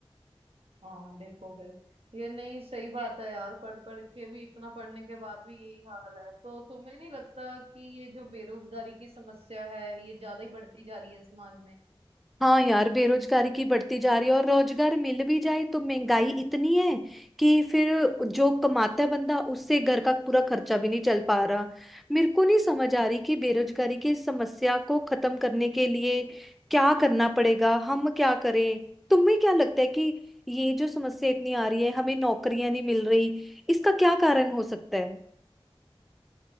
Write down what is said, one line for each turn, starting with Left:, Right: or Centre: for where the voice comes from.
Right: हाँ देखो फिर ये नहीं सही बात है यार पढ़ पढ़ के भी इतना पढ़ने के बाद भी यही हाल है तो तुम्हें नहीं लगता कि ये जो बेरोजगारी की समस्या है ये ज्यादा ही बढ़ती जा रही है समाज में
Centre: हाँ यार बेरोजगारी की बढ़ती जा रही है और रोजगार मिल भी जाए तो महंगाई इतनी है कि फिर जो कमाता है बंदा उससे घर का पूरा खर्चा भी नहीं चल पा रहा मेरे को नहीं समझ आ रही कि बेरोजगारी की इस समस्या को खत्म करने के लिए क्या करना पड़ेगा हम क्या करें तुम्हें क्या लगता है कि ये जो समस्या इतनी आ रही है हमें नौकरियां नहीं मिल रही इसका क्या कारण हो सकता है